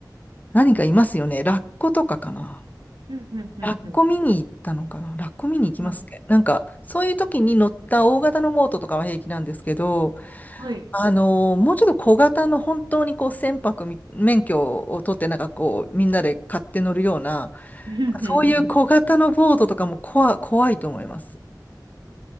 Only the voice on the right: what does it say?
うん、うん、
うん、うん、はい、
はい。
うんうん